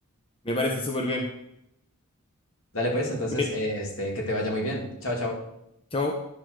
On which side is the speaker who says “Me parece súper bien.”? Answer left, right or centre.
Left